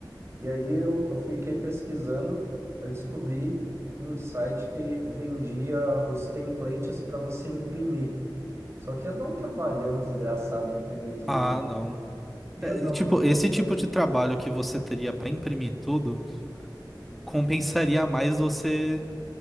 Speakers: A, on the right (about 35°); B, in the centre.
A: E aí eu, eu fiquei pesquisando, eu descobri um site que vendia os templates para você imprimir. Só que ia dar um trabalhão desgraçado imprimir tudo,
B: Ah,
A: né?
B: não.
A: Ia
B: É,
A: dar
B: e, tipo,
A: muito
B: esse
A: trabalho.
B: tipo de trabalho que você teria para imprimir tudo compensaria mais você